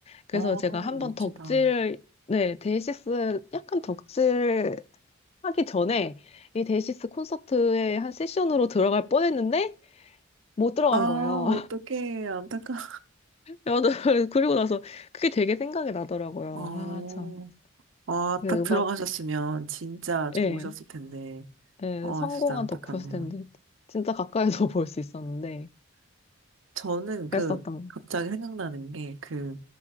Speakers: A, on the left (about 30°); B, on the right (about 60°).
A: 그래서
B: 어,
A: 제가 한번
B: 멋지다.
A: 덕질 네 데이식스 약간 덕질 하기 전에 이 데이식스 콘서트에 한 세션으로 들어갈 뻔했는데 못 들어간
B: 아,
A: 거예요.
B: 어떡해, 안타까워.
A: 야, 나 <laughs> 그리고 나서 그게 되게 생각이 나더라고요.
B: 어,
A: 아, 참.
B: 아,
A: 이게
B: 딱
A: 음악,
B: 들어가셨으면 진짜 좋으셨을
A: 예,
B: 텐데.
A: 예,
B: 어,
A: 성공한
B: 진짜 안타깝네요.
A: 덕후였을 텐데. 진짜 가까이서 <laughs> 볼 수 있었는데.
B: 저는 그
A: 그랬었던 거.
B: 갑자기 생각나는 게 그